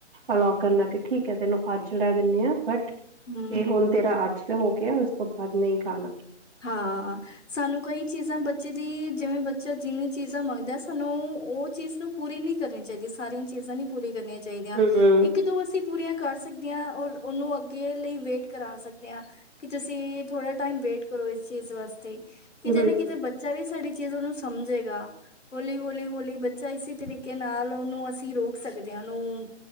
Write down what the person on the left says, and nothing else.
ਹਮ
ਹਾਂ। ਸਾਨੂੰ ਕਈ ਚੀਜ਼ਾਂ ਬੱਚੇ ਦੀ, ਜਿਵੇਂ ਬੱਚਾ ਜਿੰਨੀ ਚੀਜ਼ਾਂ ਮੰਗਦਾ, ਸਾਨੂੰ ਉਹ ਚੀਜ਼ ਨੂੰ ਪੂਰੀ ਨੀ ਕਰਨੀ ਚਾਹੀਦੀ, ਸਾਰੀਆਂ ਚੀਜ਼ਾਂ ਨੀ ਪੂਰੀ ਕਰਨੀਆਂ ਚਾਹੀਦੀਆਂ,
ਇੱਕ ਦੋ ਅਸੀਂ ਪੂਰੀਆਂ ਕਰ ਸਕਦੇ ਆ, ਔਰ ਉਹਨੂੰ ਅੱਗੇ ਲਈ ਵੇਟ ਕਰਾ ਸਕਦੇ ਆ। ਕਿ ਤੁਸੀਂ ਥੋੜਾ ਟਾਈਮ ਵੇਟ ਕਰੋ ਇਸ ਚੀਜ਼ ਵਾਸਤੇ, ਕਿਤੇ
ਨਾ ਕਿਤੇ ਬੱ ਚਾ ਵੀ ਸਾਡੀ ਚੀਜ਼ਾਂ ਨੂੰ ਸਮਝੇਗਾ। ਹੌਲੀ ਹੌਲੀ ਹੌਲੀ ਬੱਚਾ ਇਸੀ ਤਰੀਕੇ ਨਾਲ ਉਹਨੂੰ ਅਸੀਂ ਰੋਕ ਸਕਦੇ ਆ, ਉਹਨੂੰ